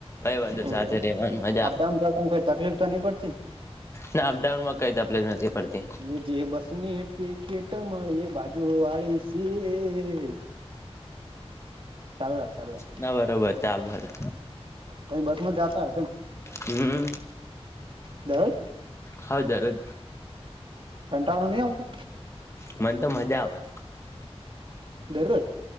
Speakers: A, on the left (about 25°); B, on the right (about 55°).
A: વાંધુ
B: એવું
A: સાથે રહેેવાની મજા
B: અપડાઉન કરવાવામાં કોઈ તકલીફ તો નહી પડતી
A: ના અપડાઉનમાં કઈ તકલીફ નથી પડતી
B: એ જે બસ ની. તે ખેટ મળી ભજા જો વા ઈ શી એ એ. રાખ ચાલુ રાખ
A: ના બરોબર ચાલૂ હસે
B: તમે બસ માં જતા
A: હમ્મ
B: દર
A: હા દરોજ
B: કંટાળો ની આવતો.
A: મને તો મજા આવે.
B: દરરોજ.